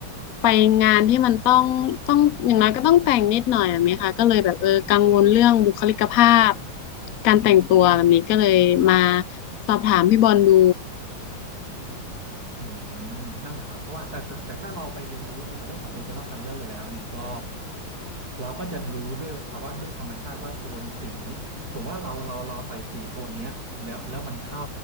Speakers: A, on the left; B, on the right.
A: ไปงานที่มันต้องต้องอย่างน้อยก็ต้องแต่งนิดหน่อยแบบนี้ค่ะก็เลยแบบเออกังวลเรื่องบุคลิกภาพการแต่งตัวแบบนี้ก็เลยมาสอบถามพี่บอลดู
B: อืมนั่นแหละครับเพราะว่าแต่แต่แต่ถ้าเราไปเรียนรู้เกี่ยวกับเรื่องของ personal color แล้วเนี่ยก็เราก็จะรู้ด้วยครับว่าด้วยธรรมชาติว่าโทนสีสมมติว่าเราเราเราใส่สีโทนเนี้ยแล้วแล้วมันเข้า